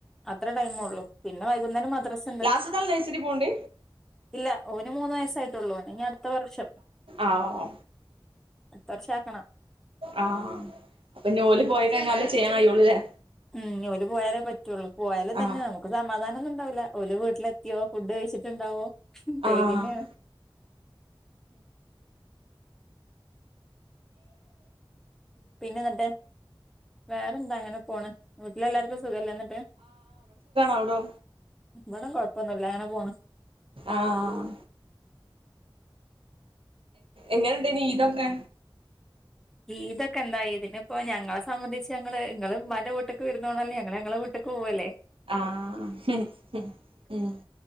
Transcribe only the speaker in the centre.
അത്ര ടൈമേ ഒള്ളു പിന്നെ വൈകുന്നേരം മദ്റസ ഉണ്ട്
ഇല്ല ഓന് മുന്ന് വയസ്സായിട്ടുള്ളൂ ഓന് ഇനി അടുത്ത വർഷം
അടുത്തവർഷം ആക്കണം
മം ഇഞ് ഓല് പോയാലെ പറ്റുള്ളൂ പോയാലേ തന്നെ
നമു സമാധാനൊന്നും ഉണ്ടാവില്ല ഓല് വീട്ടിലത്തിയ ഫുഡ് കഴിച്ചിട്ടുണ്ടാവോ? പേടിന്നെയാണ്
പിന്നെ എന്നിട്ട് വേറെന്താ അങ്ങനെ പോണ് വീട്ടില് എല്ലാർക്കും സുഖല്ലെ ഇന്ന്ട്ട്
ഇവിട കുഴപ്പന്നുല്ല അങ്ങനെ പോണ്
ഈദ്ഒക്കെ എന്തായിഇതിനി ഇപ്പോ ഞങ്ങളെ സംബന്ധിച്ച് ഞങ്ങള് ഇങ്ങള് ഇമാന്റെ വിട്ടക്ക് വിരുന്നോണല്ല ഞങ്ങള ഞങ്ങളെ വിട്ട പോവല്ലാ